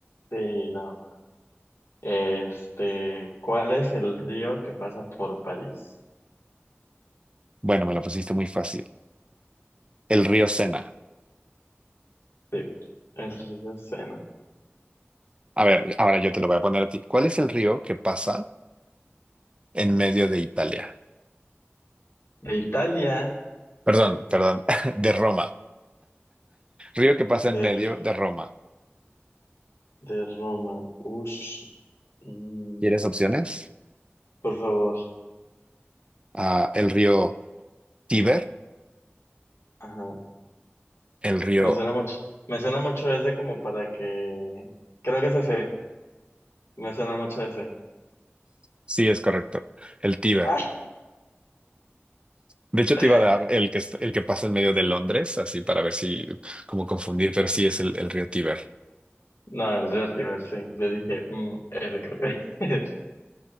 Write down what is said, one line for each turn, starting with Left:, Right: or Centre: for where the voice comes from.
Left: Sí, no. Este, ¿cuál es el río que pasa por París?
Right: Bueno, me la pusiste muy fácil. El río Sena.
Left: Sí, el río Sena.
Right: A ver, ahora yo te lo voy a poner a ti. ¿Cuál es el río que pasa en medio de Italia?
Left: De Italia,
Right: Perdón, perdón, <laughs> de Roma. Río que pasa
Left: de,
Right: en medio de Roma.
Left: de Roma. Ush. Mm,
Right: ¿Quieres opciones?
Left: por favor.
Right: Ah, el río Tíber,
Left: Ajá.
Right: el río,
Left: Me suena mucho. Me suena mucho ese como para que. Creo que es ese. Me suena mucho ese.
Right: sí es correcto, el Tíber.
Left: Ah.
Right: De hecho,
Left: <laughs>
Right: te iba a dar el que, est- el que pasa en medio de Londres, así para ver si, como confundir, pero sí es el, el río Tíber.
Left: No, el Reactiver, sí. Yo dije, mm, ese creo que es.